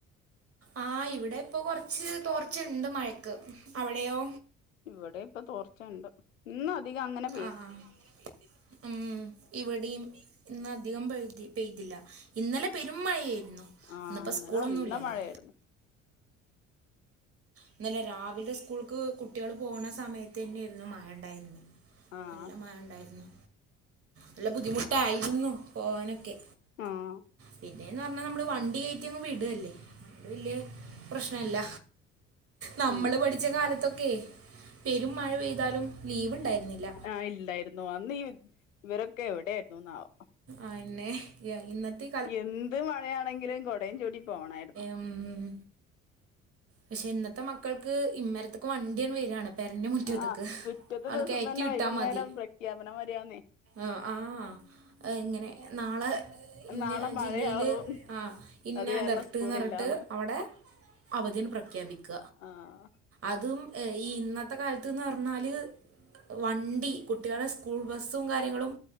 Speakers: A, on the right; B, on the left.
A: ആഹ് ഇവടെ പ്പോ കൊർച്ച് തോർച്ച്ണ്ട് മഴക്ക്. അവടെയോ?
B: ഇവടെ പ്പൊ തോർച്ചണ്ട്. ഇന്നധികങ്ങനെ
A: ആഹ് ആഹ് ഉം ഇവടിം ഇന്നധികം പെയ്തി പെയ്തില്ല ഇന്നലെ പെരു മഴയായിരുന്നു
B: ആഹ്
A: ഇന്ന്പ്പോ
B: ഇന്നലെ
A: സ്കൂളൊന്നുല്ലല്ലോ.
B: നല്ല മഴയായിരുന്നു
A: ഇന്നലെ രാവിലെ സ്കൂക്ക് കുട്ട്യെള് പോണ സമയത്തെന്നെരന്നു മഴണ്ടായിര്ന്നെ
B: ആഹ്
A: നല്ല മഴ ണ്ടായിരുന്നു. നല്ല ബുദ്ധിമുട്ടായിരുന്നു. പോവാനൊക്കെ
B: ആഹ്
A: പിന്നേന്ന് പർഞ്ഞാ നമ്മള് വണ്ടി കേറ്റ്യങ്ങ് വിടല്ലേ അതൊണ്ട് വെല്ല്യെ പ്രശ്നല്ല. നമ്മള്
B: ഉം
A: പഠിച്ച കാലത്തൊക്കെ പെരും മഴ പെയ്താലും ലീവ്ണ്ടായിരുന്നില്ല.
B: ആഹ് ഇല്ലായിരുന്നു അന്ന് ഈ ഇവരൊക്കെ എവടെയ്രുന്നുന്നാവോ.
A: അയെന്നെ എന്നത്തി
B: യെന്ത് മഴയാണെങ്കിലും കൊടയും ചൂടി പോണായിര്ന്നു.
A: ഉം ഉം പക്ഷെ ഇന്നത്തെ മക്കൾക്ക് ഇമ്മര്ത്ത്ക്ക് വണ്ട്യണ് വെരാണ്. പെരൻ്റെ മുറ്റത്ത്ക്ക്
B: ആഹ് പിറ്റത്തെ
A: ആണ്
B: ദിവസം
A: കെയറ്റി
B: തന്നെ
A: വിട്ടാ
B: വൈകുന്നേരം
A: മതി.
B: പ്രഖ്യാപനം വരികാന്നേ
A: അഹ് ആഹ് അത്ങ്ങനെ നാളെ ഇന്ന
B: നാളെ മഴയാവും
A: ജില്ലയില് ആഹ് ഇന്ന
B: അത് കാരണം
A: അലർട്ട്ന്നർഞ്ഞ്ട്ട്
B: സ്കൂളില്ലാന്ന്
A: അവടെ അവധിയന് പ്രഖ്യാപിക്ക.
B: ആഹ്
A: അതും എഹ് ഈ ഇന്നത്തെ കാലത്ത്ന്നർഞ്ഞാല് വണ്ടി കുട്ടിളെ സ്കൂൾ ബസ്സും കാര്യങ്ങളും